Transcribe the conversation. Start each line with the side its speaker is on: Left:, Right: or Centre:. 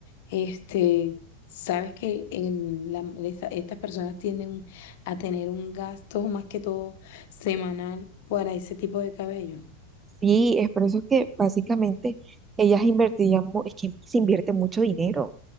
Left: Este, sabes que en la- esa- estas personas tienden a tener un gasto más que todo semanal para ese tipo de cabello.
Right: Sí, es por eso que básicamente ellas invertirían, mu- es que se invierte mucho dinero.